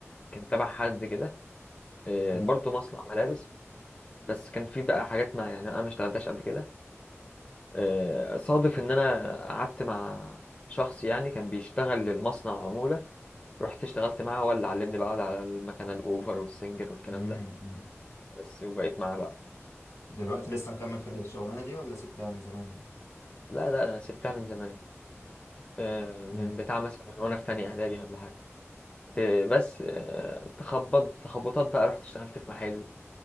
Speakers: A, on the left; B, on the left.
A: كان تبع حد كده آه،
B: امم
A: برضو مصنع ملابس بس كان في بقى حاجات ما يعني انا ما اشتغلتهاش قبل كده آه، صادف ان انا قعدت مع شخص يعني كان بيشتغل للمصنع عمولة رحت اشتغلت معاه هو اللي علمني بقى أقعد على المكنة الاوفر والسنجر والكلام
B: امم
A: ده بس وبقيت معاه بقى
B: دلوقتي لسه مكمل في الشغلانه دي ولا سبتها من زمان ولا
A: لا لا انا سبتها من زمان آه، من
B: امم
A: بتاع مثلا من وانا في تانية اعدادي ولا حاجة ت- بس آه، تخبط تخبطات بقى رحت اشتغلت في محل